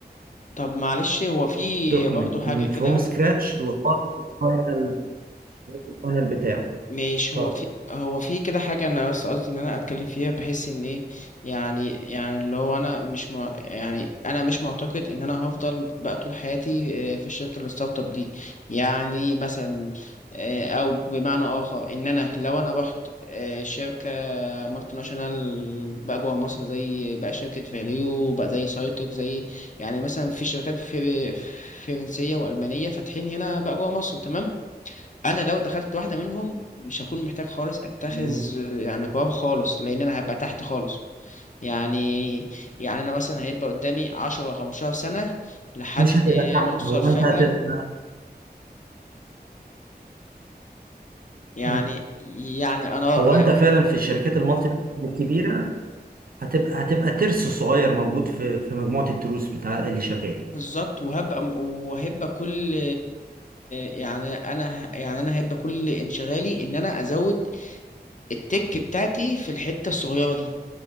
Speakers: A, on the left (about 50°); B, on the right (about 60°).
A: طب معلش هو في
B: دوكيمنت
A: برضه حاجة
B: من
A: كده
B: فروم سكراتش لغايه الفاينل الفاينل بتاعه
A: مش
B: اتفضل
A: هو في هو في كده حاجة أنا بس قصدي إن أنا أتكلم فيها بحيث إن إيه يعني يعني اللي هو أنا مش مع يعني أنا مش معتقد إن أنا هفضل بقى طول حياتي آه، في الشركة الستارت اب دي يعني مثلا آه، أو بمعنى آخر إن أنا لو أنا رحت آه، شركة مالتي ناشونال بقى جوه مصر زي بقى شركة فاليو بقى زي سايتك زي يعني مثلا في شركات في فرنسية وألمانية فاتحين هنا بقى جوه مصر تمام انا لو دخلت واحده منهم مش هكون محتاج خالص اتخذ
B: مم.
A: يعني قرار خالص لان انا هبقى تحت خالص يعني يعني انا مثلا هيبقى قدامي 10 15 سنه لحد
B: مش هتبقى تحت
A: ما اوصل
B: هو
A: فعلا
B: انت هتبقى
A: يعني
B: مم.
A: يعني انا
B: هو
A: يعني
B: انت فعلا في الشركات المالتي ناشونال الكبيره هتبقى هتبقى ترس صغير موجود في في مجموعه التروس بتاع اللي شغال
A: بالظبط وهبقى وهبقى كل يعني انا ه- يعني انا هيبقى كل انشغالي ان انا ازود التك بتاعتي في الحته الصغيره دي